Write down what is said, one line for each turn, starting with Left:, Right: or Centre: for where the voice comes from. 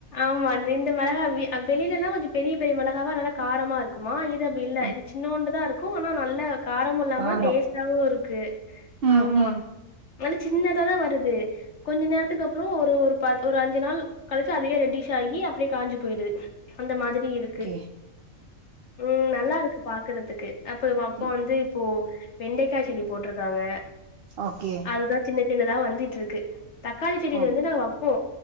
Left: ஆமா இந் இந்த மெளகா அ வெளிலலா கொஞ்சோ பெரிய பெரிய மெளகாவா நல்லா காரமா இருக்குமா இது அப்டி இல்ல
Right: ம்
Left: இது சின்னோண்டுதா இருக்கு ஆனா நல்ல காரமு இல்லாம
Right: காரோ
Left: டேஸ்ட்டாவு இருக்கு
Right: ம்
Left: ஆமா
Right: ம்
Left: நல்ல சின்னதாதா வருது கொஞ்ச நேரத்துக்கு அப்றோ ஒரு ஒரு பத் ஒரு அஞ்சு நாள் கழிச்சு அதுவே ரெட்டிஷ் ஆகி அப்டியே காஞ்சு போயிருது அந்த மாரி இரு க்கு
Right: ஓகே
Left: ம் நல்லா இருக்கு பாக்றதுக்கு அப்ப இவ அப்பா
Right: ம்.
Left: வந்து இப்போ வெண்டக்காய் செடி போட்ருகாங்க
Right: ஓகே
Left: அதுதா சின்ன சின்னதா வந்துட்டுருக்கு தக்காளி செடில
Right: ஓ
Left: வந்து நா வப்போ